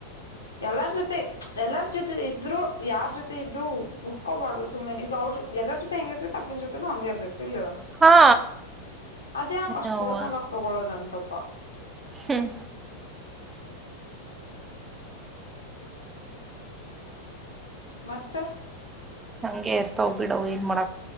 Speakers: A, on the left; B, on the right.
A: ಎಲ್ಲಾರ್ ಜೊತೆ ಎಲ್ಲಾರ್ ಜೊತೆ. ಇದ್ರು ಯಾರ ಜೊತೆ ಇದರು ಉರ್ಕೋಬಾರ್ದು ಸುಮ್ಮನೆ ಈಗ ಅವ್ರರು ಎಲ್ಲರ ಜೊತೆ ಹೆಂಗ ಇರ್ತೈತಿ ತಕ್ನ ಜೊತೆನು ಹಂಗೆ ಇರ್ಬೇಕು. ಇಲ್
B: ಹಾ
A: ಅದೇ ಕಷ್ಟ
B: ಯವ್ವ
A: ಪೋರ್ಸ್ನಲ್ ಆಗ ತಗೊಳೋದಂತಪ್ಪ.
B: ಹ್ಮ್
A: ಮತ್ತ
B: ಹಂಗೆ ಇರ್ತವ್ ಬಿಡ ಏನ್ ಮಾಡ.